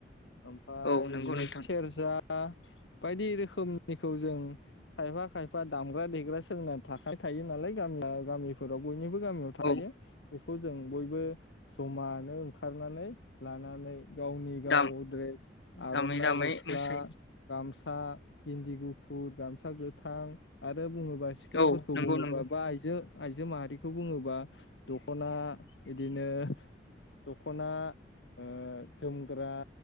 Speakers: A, on the left (about 85°); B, on the left (about 70°).
A: ओमफाय
B: औ नंगौ
A: बिदिनो
B: नोंथां
A: सेरजा बायदि रोखोमनिखौ जों खायफा खायफा दामग्रा देग्रा सोलोंना थाखा <unintelligible> थायो नालाय गामिया <unintelligible> गामि फोराव बयनिबो गामियाव थाखायो
B: औ
A: बेखौ जों बयबो जमानो ओंखारनानै लानानै गावनि गाव
B: दाम
A: द्रेस आर'नाइ
B: दामै दामै
A: गस्ला
B: मोसायो
A: गामसा गिन्दि गुफुर गामसा गोथां आरो बुङोबा सिख्लाफोरखौ
B: औ नंगौ
A: बुङोबा
B: नंगौ
A: बा आइजो आइजो माहारिखौ बुङोबा दख'ना इदिनो दख'ना ओ जोमग्रा